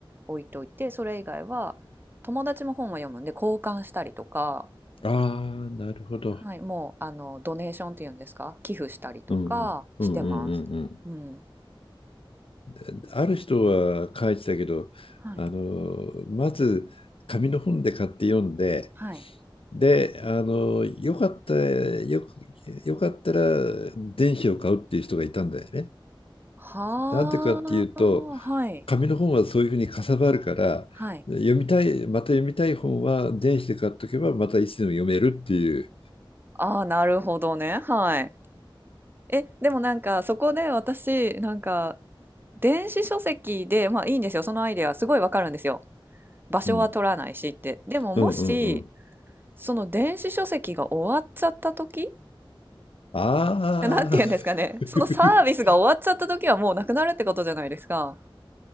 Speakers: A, on the right; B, on the left.
A: 置いといて、それ以外は友達も本を読むんで交換したりとか、
B: ああ、なるほど。
A: はい、もうあのドネーションっていうんですか、寄付したりとかしてます。
B: うんうんうんうんうん
A: うん。
B: うんある人は書いてたけど、
A: はい。
B: あのまず紙の本で買って読んで、
A: はい。
B: で、あのよかったよ、よかったら電子を買うっていう人がいたんだよね。
A: はあ、
B: なんでかっていうと、
A: はい。
B: 紙の本はそういうふうにかさばるから、
A: はい。
B: 読みたい、また読みたい本は電子で買っとけば、またいつでも読めるっていう。
A: ああ、なるほどね。はい。え、でもなんかそこで私、なんか電子書籍で、まあいいんですよ。そのアイデアすごいわかるんですよ。場所は取らないしって。
B: うん
A: でももし、
B: うんうんうんうん
A: その電子書籍が終わっちゃった時
B: あ
A: なんて言うんですかね。
B: あ
A: そのサービスが終わっちゃった時はもうなくなるってことじゃないですか。
B: <laughs>